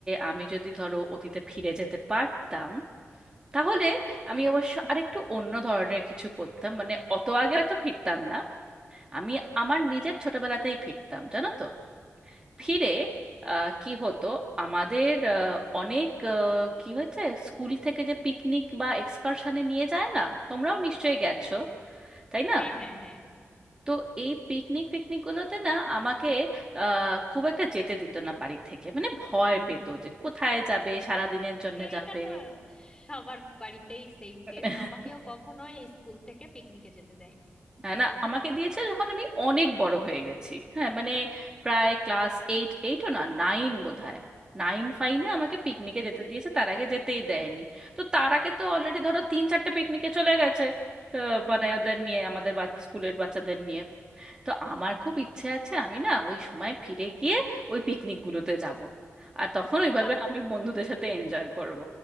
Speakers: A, on the right (about 20°); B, on the left (about 20°).
A: আমি যদি ধরো অতীতে ফিরে যেতে পারতাম তাহলে আমি অবশ্য আরেকটু অন্য ধরনের কিছু করতাম মানে অত আগে হয়তো ফিরতাম না আমি আমার নিজের ছোটবেলাতেই ফিরতাম জানো তো ফিরে আহ, কি হতো আমাদের আহ, অনেক আহ, কি হয়েছে স্কুল থেকে যে পিকনিক বা এক্সকারশনে নিয়ে যায় না তোমরাও নিশ্চয়ই গেছো তাই না
B: হ্যাঁ হ্যাঁ হ্যাঁ
A: তো এই পিকনিক ফিকনিক গুলোতে না আমাকে আহ, খুব একটা যেতে দিত না বাড়ি থেকে মানে ভয় পেত যে কোথায় যাবে সারাদিনের জন্য
B: এইটা
A: যাবে
B: তো সবার বাড়িতেই সেম
A: <laughs>
B: কেস আমাকেও কখনো স্কুল থেকে পিকনিকে যেতে দেয়নি
A: হ্যাঁ না আমাকে দিয়েছে যখন আমি অনেক বড় হয়ে গেছি হ্যাঁ মানে প্রায় ক্লাস এইট এইটও না নাইন বোধহয় নাইন ফাইনে আমাকে পিকনিকে যেতে দিয়েছে তার আগে যেতেই দেয়নি তো তার আগে তো অলরেডি ধরো তিন চারটে পিকনিকে চলে গেছে আহ, মানে ওদের নিয়ে আমাদের স্কুলের বাচ্চাদের নিয়ে তো আমার খুব ইচ্ছে আছে আমি না ওই সময় ফিরে গিয়ে ওই পিকনিকগুলোতে যাব আর তখন ওইভাবে
B: বাহ
A: আমি বন্ধুদের সাথে এনজয় করব